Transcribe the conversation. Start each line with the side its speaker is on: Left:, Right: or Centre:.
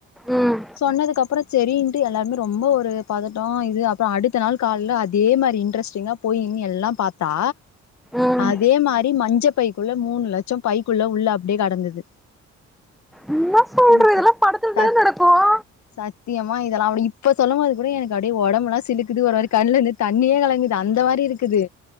Centre: ம்
Left: சொன்னதுக்குப்புறோ செரின்ட்டு எல்லாருமே ரொம்ப ஒரு பதட்டோ இது அப்றோ அடுத்த நாள் கால்ல அதே மாத மாரி இன்ட்ரெஸ்டிங்கா போயின்னு எல்லா பாத்தா
Centre: ம்
Left: அதே மாரி மஞ்ச பைக்குள்ள மூணு லட்சோ பைக்குள்ள உள்ள அப்டியே கெடந்துது
Centre: என்ன சொல்ற
Left: ஓகே
Centre: இதெல்லா படத்துல
Left: சத்
Centre: தான நடக்கு ஆ
Left: சத்தியமா இதெல்லா இப்ப சொல்லும்போது கூட எனக்கு அப்டியே ஒடம்புல்லா சிலுக்குது ஒரு மாரி கண்ணுல இருந்து தண்ணியே கலங்குது அந்த அந்த மாரி இருக்குது